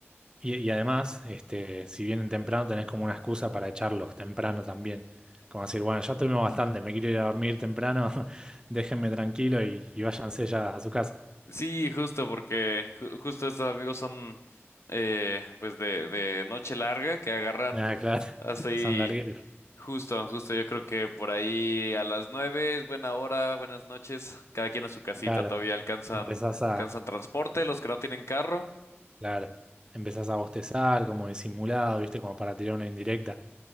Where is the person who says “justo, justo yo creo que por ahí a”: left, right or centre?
Left